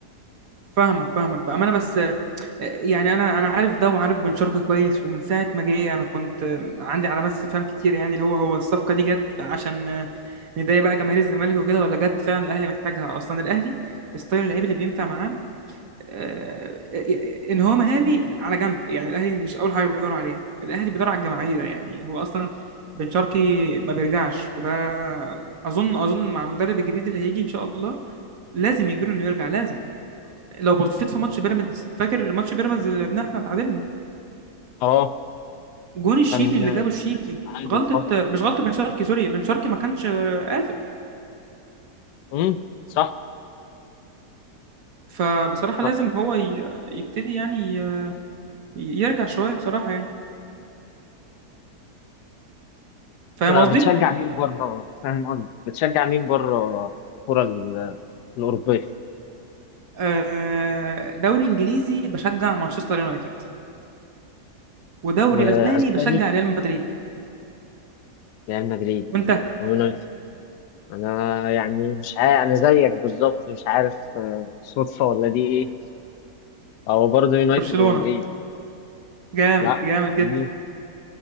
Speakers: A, on the right; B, on the left.
A: فاهمك فاهمك بامانه بس آه، يعني انا انا عارف ده وعارف بن شرقي كويس ومن ساعه ما جه انا كنت آه، عندي علامات استفهام كتير يعني اللي هو هو الصفقه دي جت عشان نضايق بقى جماهير الزمالك وكده ولا جت فعلا الاهلي محتاجها اصلا الاهلي ستايل اللعيب اللي بينفع معاه آه، ان هو مهاري على جنب يعني الاهلي مش اول حاجه بيدور عليها الاهلي بيدور على الجماعيه يعني هو اصلا بن شرقي ما بيرجعش وده اظن اظن مع المدرب الجديد اللي هيجي ان شاء الله لازم يجبره انه يرجع لازم لو بصيت في ماتش بيراميدز فاكر ماتش بيراميدز اللي لعبناه احنا تعادلنا
B: اه
A: جون الشيبي
B: كان
A: اللي جابه الشيبي
B: بس تعادل
A: غلطه
B: اه
A: مش غلطه بن شرقي سوري بن شرقي ما كانش قافل
B: امم صح
A: فبصراحة
B: صح
A: لازم هو ي- يبتدي يعني ي- يرجع شوية بصراحة يعني فاهم
B: أنت
A: قصدي؟
B: بتشجع مين بره فاهم قصدي بتشجع مين بره الكرة ال- الأوروبية
A: آه، دوري انجليزي بشجع مانشستر يونايتد ودوري
B: وأسباني
A: اسباني بشجع ريال مدريد
B: ريال مدريد
A: وانت
B: ويونايتد أنا يعني مش عارف أنا زيك بالظبط مش عارف آه، صدفة ولا دي إيه هو برضه يونايتد
A: برشلونة
B: ومدريد
A: جامد
B: لا
A: جامد
B: طب
A: جدا
B: ليه؟